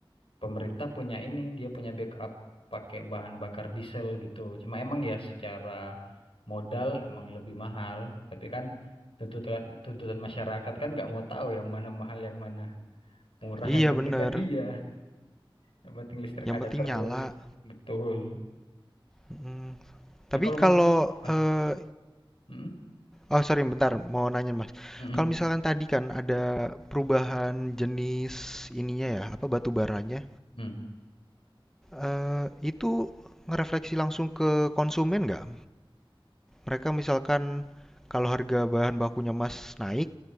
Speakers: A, on the left; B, in the centre.
A: pemerintah punya ini, dia punya backup pakai bahan bakar diesel gitu. Cuma emang ya secara modal emang lebih mahal, tapi kan tuntutan tuntutan masyarakat kan nggak mau tahu yang mana mahal yang mana murah,
B: Iya
A: yang penting
B: bener,
A: kan iya, yang penting listrik
B: yang
A: ada
B: penting
A: terus.
B: nyala,
A: Betul.
B: mhm. Tapi
A: Nah, kalau
B: kalau,
A: masnya, se- Bah,
B: eee
A: mm,
B: oh sorry bentar, mau nanya Mas,
A: mm,
B: kalau misalkan tadi kan ada perubahan jenis ininya ya, apa, batu baranya,
A: mm,
B: eee, itu ngerefleksi langsung ke konsumen nggak? Mereka misalkan kalau harga bahan bakunya Mas naik,